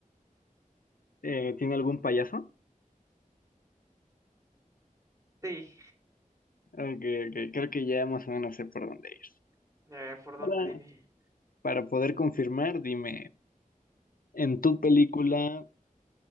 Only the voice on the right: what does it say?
Sí.
A ver, ¿por dónde?
Dime.